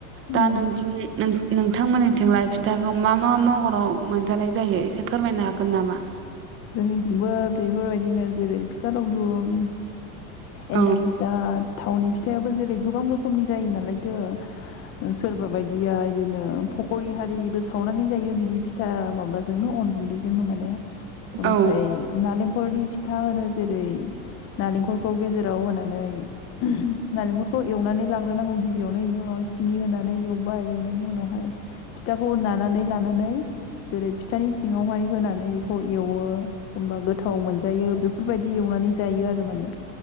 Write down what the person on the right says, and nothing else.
दा नोंथिं नों नोंथांमोननि थिंलाय फिथाखौ मा मा महराव मोनजानाय जायो एसे फोरमायनो हागोन नामा?
औ
औ